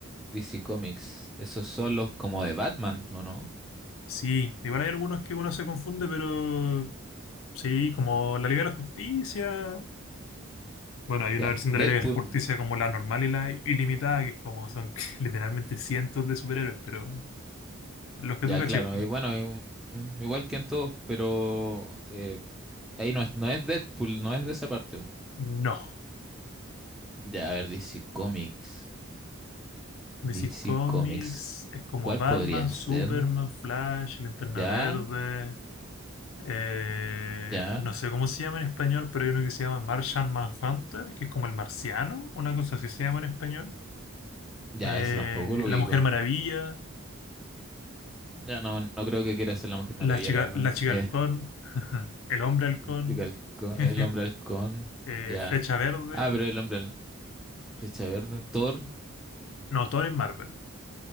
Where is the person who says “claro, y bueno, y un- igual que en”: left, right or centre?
Centre